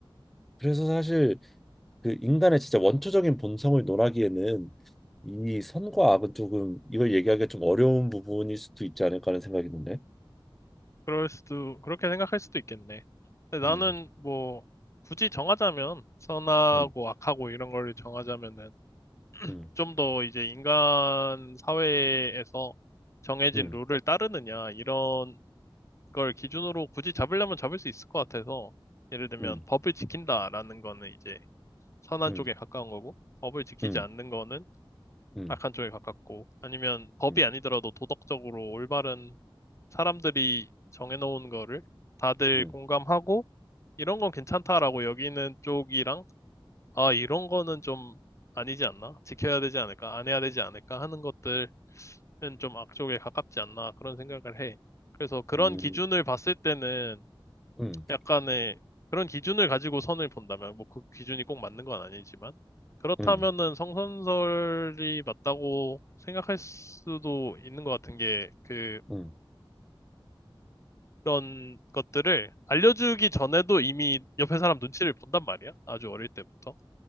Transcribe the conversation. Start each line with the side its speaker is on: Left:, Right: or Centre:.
Centre: 그래서 사실 그 인간의 진짜 원초적인 본성을 논하기에는 이 선과 악은 조금 이걸 얘기하기가 좀 어려운 부분일 수도 있지 않을까 하는 생각이 드네.
Left: 그럴 수도, 그렇게 생각할 수도 있겠네. 근데
Centre: 음,
Left: 나는 뭐, 굳이 정하자면, 선하고
Centre: 음,
Left: 악하고 이런 걸 정하자면은,
Centre: 음,
Left: 좀 더 이제 인간 사회에서 정해진
Centre: 음,
Left: 룰을 따르느냐, 이런 걸 기준으로 굳이 잡으려면 잡을 수 있을 것 같아서, 예를 들면,
Centre: 음,
Left: 법을 지킨다라는 거는 이제 선한
Centre: 음,
Left: 쪽에 가까운 거고, 법을 지키지
Centre: 음,
Left: 않는 거는
Centre: 음,
Left: 악한 쪽에 가깝고, 아니면 법이
Centre: 음,
Left: 아니더라도 도덕적으로 올바른 사람들이 정해놓은 거를 다들
Centre: 음,
Left: 공감하고 이런 건 괜찮다라고 여기는 쪽이랑 아, 이런 거는 좀 아니지 않나? 지켜야 되지 않을까? 안 해야 되지 않을까? 하는 것들은 좀 악쪽에 가깝지 않나? 그런 생각을 해. 그래서 그런
Centre: 음,
Left: 기준을 봤을 때는
Centre: 음, 음,
Left: 약간의 그런 기준을 가지고 선을 본다면 뭐 그 기준이 꼭 맞는 건 아니지만 그렇다면은
Centre: 음,
Left: 성선설이 맞다고 생각할 수도 있는 것 같은 게그
Centre: 음,
Left: 그런 것들을 알려주기 전에도 이미 옆에 사람 눈치를 본단 말이야. 아주 어릴 때부터.